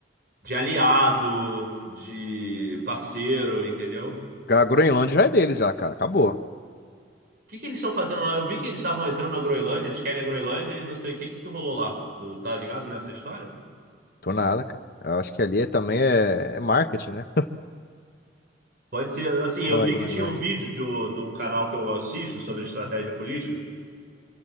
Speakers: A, on the right; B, on the left.
A: de aliado, de parceiro, entendeu?
B: A Groenlândia já é deles já, cara, acabou.
A: O que que eles estão fazendo lá? Eu vi que eles estavam entrando na Groenlândia, eles querem a Groenlândia e não sei o que, que que rolou lá. Tu tá ligado nessa história?
B: Tô nada, cara. Eu acho que ali é, também é, é marketing, né?
A: Pode ser, assim,
B: <laughs> Lá
A: eu vi
B: na Groenlândia.
A: que tinha um vídeo de, um- de um canal que eu assisto sobre estratégia política